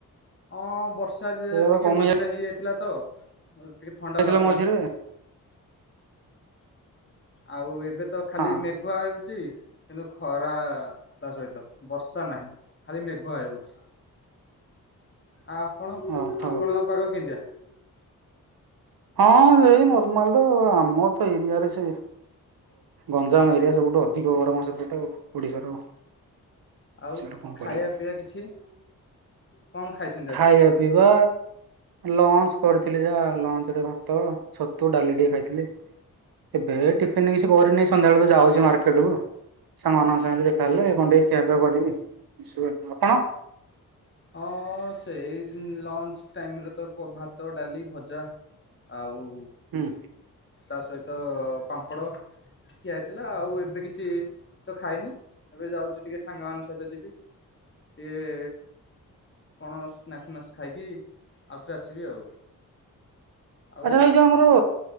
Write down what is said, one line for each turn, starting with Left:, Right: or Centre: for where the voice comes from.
Left: ହଁ ବର୍ଷା
Right: ଏବେ
Left: ଟିକେ
Right: କମି
Left: ମଝିରେ ହେଇଯାଇଥିଲା ତ ଟିକେ ଥଣ୍ଡା
Right: ଯାଇଥିଲା
Left: ଲାଗୁଥିଲା।
Right: ମଝିରେ
Left: ଆଉ ଏବେ ତ ଖାଲି
Right: ହଁ
Left: ମେଘୁଆ ହେଉଛି। କିନ୍ତୁ ଖରା ତା ସହିତ ବର୍ଷା ନାହିଁ ଖାଲି ମେଘୁଆ ହେଉଛି। ଆଉ ଆପଣ
Right: ଓହୋ
Left: ଆପଣଙ୍କ ପାଗ କେମିତିଆ?
Right: ହଁ ସେଇ ନର୍ମାଲ ତ ଆମର ତ ଏରିଆରେ ସେ ଗଞ୍ଜାମ ଏରିଆ ସବୁ ସବୁଠୁ ଅଧିକ ଗରମ ସେପଟେ, ଓଡିଶାର।
Left: ଆଉ
Right: ସେଇଟା କଣ କରିବ
Left: ଖାଇବା ପିଇବା କିଛି କଣ ଖାଇଛନ୍ତି
Right: ଖାଇବା
Left: ଆଜି?
Right: ପିଇବା ଲଞ୍ଚ କରିଥିଲି ଯାହା ଲଞ୍ଚ ରେ ଭାତ, ଛତୁ, ଡାଲି ଟିକେ ଖାଇଥିଲି। ଏବେ
Left: ଓହୋ
Right: ଟିଫିନ କିଛି କରିନି ସନ୍ଧ୍ୟାବେଳ ଯାଉଛି ମାର୍କେଟ କୁ ସାଙ୍ଗମାନଙ୍କ ସାଙ୍ଗରେ ଦେଖାହେଲେ କ ଖିଆପିଆ କରିବି। ଆପଣ?
Left: ହଁ ସେଇ ଲଞ୍ଚ ଟାଇମରେ ତ ଭାତ, ଡାଲି, ଭଜା ଆଉ
Right: ହୁଁ।
Left: ତା ସହିତ ପାମ୍ପଡ଼ ଖିଆ ହେଇଥିଲା। ଆଉ ଏବେ କିଛି ତ ଖାଇନି, ଏବେ ଯାଉଛି ଟିକେ ସାଙ୍ଗ ମାନଙ୍କ ସହିତ ଯିବି ଟିକେ କଣ ସ୍ନାକ୍ ନସ୍ ଖାଇକି ଆଉଥରେ ଆସିବି ଆଉ। ଆଉ
Right: ଆଛା ଏଇ ଯୋଉ ଆମର